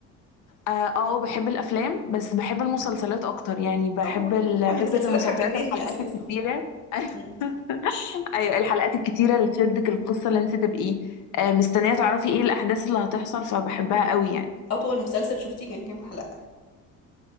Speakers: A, on the left (about 70°); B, on the left (about 55°).
A: اه آه، بحب الافلام بس بحب المسلسلات اكتر يعني بحب
B: اه
A: ال-
B: يعني المسلسلات
A: فكره المسلسلات
B: هتجنني
A: الحلقات
B: أساسا
A: الكتيره <laughs>
B: مم.
A: ايوه الحلقات الكتيره اللي تشدك القصه اللي انت تبقي آه، مستنيه تعرفي ايه الاحداث اللي هتحصل فبحبها قوي يعني
B: أطول مسلسل شفتيه كان كام حلقة؟